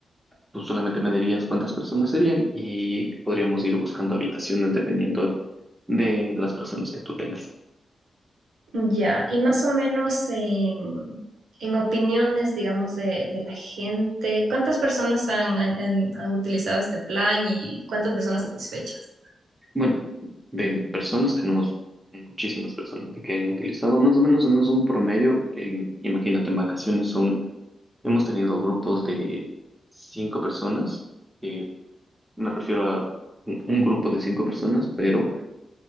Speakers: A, in the centre; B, on the right (about 85°).
A: Tú solamente me dirías cuántas personas serían y podríamos ir buscando habitaciones dependiendo de las personas que tú tengas.
B: Ya, y más o menos en, en opiniones, digamos, de, de la gente, ¿cuántas personas han, han- han- han utilizado este plan y cuántas personas satisfechas?
A: Bueno, de personas tenemos muchísimas personas de que han utilizado más o menos en un promedio, en, imagínate, en vacaciones son, hemos tenido grupos de cinco personas, eh, me refiero a un un grupo de cinco personas, pero